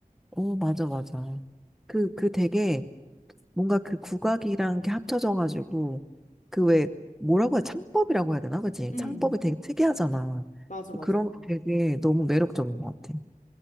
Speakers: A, in the centre; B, on the left.
A: 오, 맞아, 맞아. 그, 그 되게 뭔가 그 국악이랑 게 합쳐져가지고 그 왜 뭐라고 해야 창법이라고 해야 되나? 그치?
B: 음,
A: 창법이 되게 특이하잖아.
B: 맞아, 맞아.
A: 그런 게 되게 너무 매력적인 것 같아.